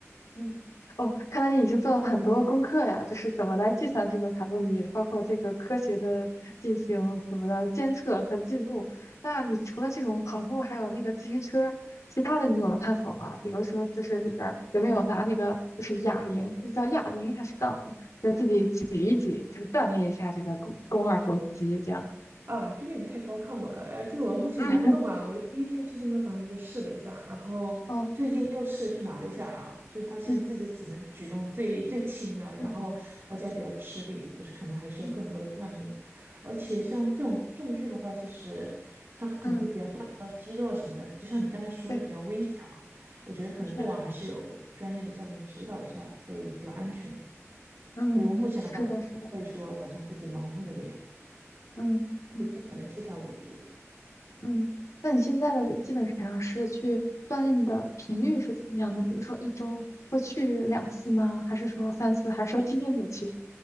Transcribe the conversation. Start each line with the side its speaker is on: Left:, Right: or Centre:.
Left: 嗯，哦，看来你已经做了很多功课呀，就是怎么来计算这个卡路里，包括这个科学的进行怎么的监测和记录。那你除了这种跑步，还有那个自行车，其他的你有探索吗？比如说，就是里边儿有没有拿那个就是哑铃，就是叫哑铃还是杠铃，就是自己举一举，就是锻炼一下这个肱肱二头肌这样。
Right: 啊，这个你太高看我了，呃，这个我目前拿不动啊。
Left: 嗯，
Right: 我第一天去健身房时就试了一下，然后最近又试着去拿了一下啊，
Left: 哦，
Right: 就发现自己只能举动最最轻的，
Left: 嗯嗯
Right: 然后而且还比较吃力，就是可能还需要更多的锻炼。
Left: 嗯
Right: 而且像这种重训的话，
Left: 嗯
Right: 其实它可能会比较锻炼到肌肉啊什么的，
Left: 嗯，
Right: 就像你刚才说的比较危险嘛。
Left: 对，
Right: 我觉得可能最好还是有专业的教练指导一下会比较安全。
Left: 是。嗯，
Right: 所以我目前的话，
Left: 是的，是的，
Right: 会说打算自己盲目的练
Left: 嗯嗯
Right: 一些基本的器材为主。
Left: 嗯。那你现在的基本上是去锻炼的频率是怎么样的？比如说一周会去两次吗？还是说三次？还是说天天都去？